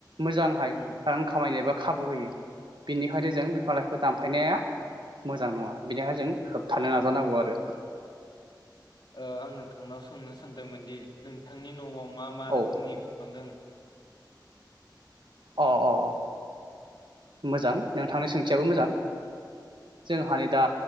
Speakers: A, on the right; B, on the left.
A: मोजांहाय
B: उम,
A: रां खामायनो एबा खाबु होयो
B: उम,
A: बिनि खायनो जों बिफां लाइफांखौ दानफायनाया मोजां
B: उम,
A: नङा बिनिहा जों थानो नाजानांगौ आरो
B: उम। ओ आं नोंथांनाव सोंनो सानदोंमोन दि नोंथांनि नआव मा मा
A: औ
B: रोखोमनि बिफां दों
A: अ अ मोजां नों थांनि सोंथियाबो
B: औ
A: मोजां। जोंहानि दा